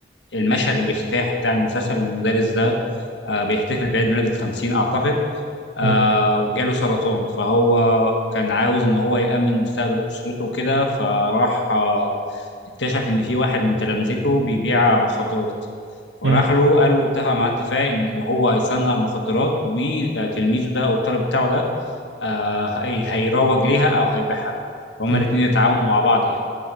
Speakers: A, on the left; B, on the right.
A: المشهد الافتتاحي بتاع المسلسل ان المدرس ده آه، بيحتفل بعيد ميلاده الخمسين اعتقد آه
B: مم.
A: وجاله سرطان فهو كان عاوز ان هو يأمن مستقبل اسرته وكده فراح آه اكتشف ان في واحد من تلامذته بيبيع مخدرات فراح
B: مم.
A: له قال له اتفق معاه اتفاق ان هو هيصنع المخدرات وتلميذه ده او الطالب بتاعه ده آه هي- هيروج ليها او هيبيعها هما
B: تمام.
A: الاتنين يتعاونوا مع بعض يعني